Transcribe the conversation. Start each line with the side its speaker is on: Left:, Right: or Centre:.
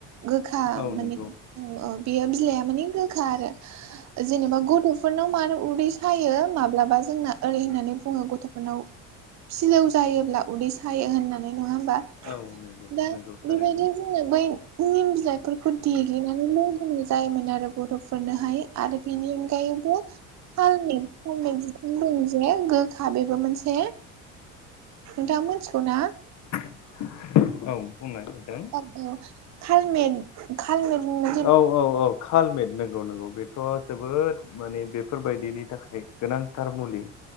Right: गोखा
Left: औ
Right: माने
Left: नंगौ
Right: औ बेयो बिलाइआ माने गोखा आरो। जेनेबा गथ'फोरनाव मानो उदै सायो माब्लाबा जोंना ओरै होननानै बुङो गथ'फोरनाव फिलौ जायोब्ला उदै सायो होननानै नङा होमबा
Left: औ नंगौ
Right: दा
Left: नंगौ थारैनो
Right: बेबायदि जोङो बै निम बिलाइफोरखौ देग्लिनानै मावजनाय जायोमोन आरो बर'फोरनोहाय आरो बिनि अनगायैबो थालनि थालमट जिख दं जे गोखा बेबो मोनसे नोंथाङा मोनथिगौ ना
Left: औ बुंनाय नोंथां।
Right: औ खालमेन खाालमेन होनना
Left: औ औ औ कालमेट नंगौ नंगौ बेथ' जोबोद माने बेफोरबायदिनि थाखाय गोनांथार मुलि।